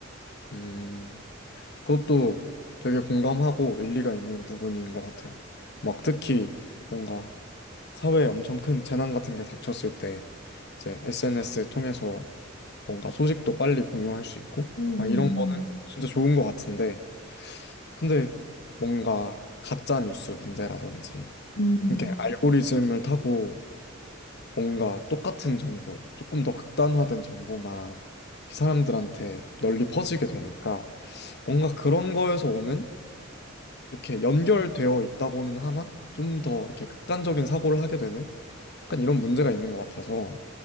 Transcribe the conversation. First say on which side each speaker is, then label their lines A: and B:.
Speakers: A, on the left; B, on the left.
A: 음, 그것도 되게 공감하고 일리가 있는 부분인 것 같아요. 막 특히 뭔가 사회에 엄청 큰 재난 같은 게 닥쳤을 때 이제 SNS 통해서 뭔가 소식도 빨리 공유할 수 있고
B: 음, 음,
A: 막 이런 음. 거는 진짜 좋은 것 같은데 근데 뭔가 가짜 뉴스 문제라든지
B: 음,
A: 이렇게 알고리즘을 타고 뭔가 똑같은 정보, 조금 더 극단화된 정보만 사람들한테 널리 퍼지게 되니까 뭔가 그런 거에서 오는 이렇게 연결되어 있다고는 하나 좀 더 이렇게 극단적인 사고를 하게 되는 약간 이런 문제가 있는 것 같아서